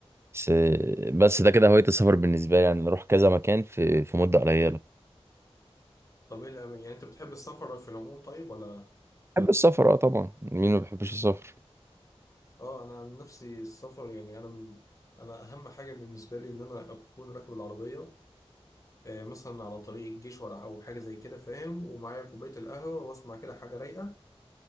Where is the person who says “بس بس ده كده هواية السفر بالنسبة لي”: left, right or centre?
Right